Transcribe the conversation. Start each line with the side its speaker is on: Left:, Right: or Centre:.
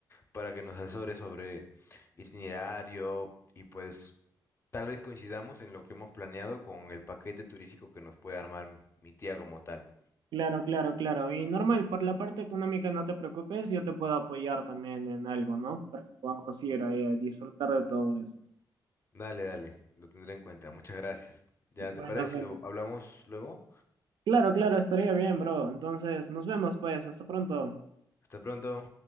Left: para que nos asesore sobre itinerario y pues tal vez coincidamos en lo que hemos planeado con el paquete turístico que nos puede armar mi tía como tal.
Right: Claro, claro, claro. Y normal, por la parte económica no te preocupes, yo te puedo apoyar también en algo, ¿no? Para que podamos ir ahí a disfrutar de todo eso.
Left: Dale, dale. Lo tendré en cuenta. Muchas gracias. ¿Ya
Right: Bueno,
Left: te parece
Right: bueno.
Left: si lo hablamos luego?
Right: Claro, claro, estaría bien, bro. Entonces, nos vemos pues, hasta pronto.
Left: Hasta pronto.